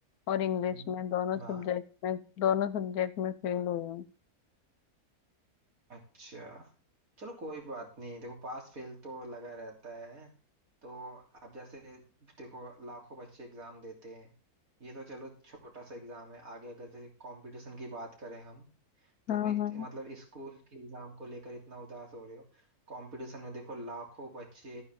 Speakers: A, on the left (about 75°); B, on the right (about 65°).
A: और इंग्लिश
B: हम्म
A: में दोनों सब्जेक्ट
B: हाँ
A: में दोनों सब्जेक्ट में फेल हुई हूँ
B: अच्छा चलो कोई बात नहीं देखो पास फेल तो लगा रहता है तो अब जैसे देखो लाखों बच्चे एग्जाम देते हैं ये तो चलो छोटा सा एग्जाम है आगे अगर जैसे कंपटीशन की बात करें हम तुम
A: हाँ
B: एक
A: हाँ
B: मतलब स्कूल के एग्जाम को लेकर इतना उदास हो रहे हो कंपटीशन में देखो लाखों बच्चे